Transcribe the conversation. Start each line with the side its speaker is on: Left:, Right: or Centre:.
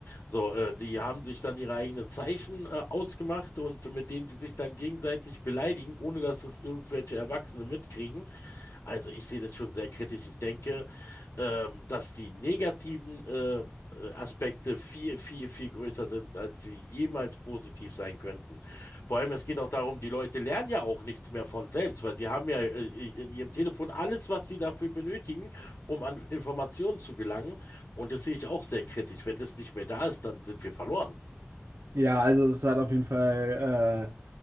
Left: So, äh, die haben sich dann ihre eigenen Zeichen äh, ausgemacht und mit denen sie sich dann gegenseitig beleidigen, ohne dass es irgendwelche Erwachsene mitkriegen. Also ich sehe das schon sehr kritisch. Ich denke, ähm, dass die negativen äh, äh, Aspekte viel, viel, viel größer sind, als sie jemals positiv sein könnten. Vor allem, es geht auch darum, die Leute lernen ja auch nichts mehr von selbst, weil sie haben ja äh, in ihrem Telefon alles, was sie dafür benötigen, um an Informationen zu gelangen. Und das sehe ich auch sehr kritisch. Wenn das nicht mehr da ist, dann sind wir verloren.
Right: Ja, also es hat auf jeden Fall.